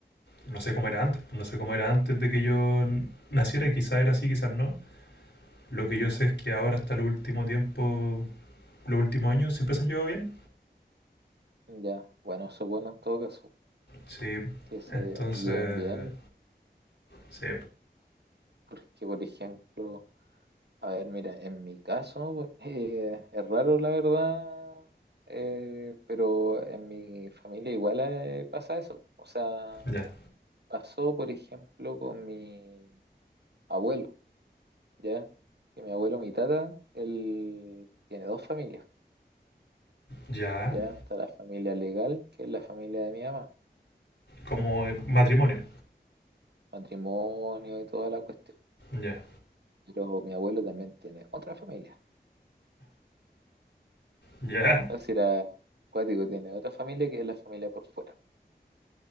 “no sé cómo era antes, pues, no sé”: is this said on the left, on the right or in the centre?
Left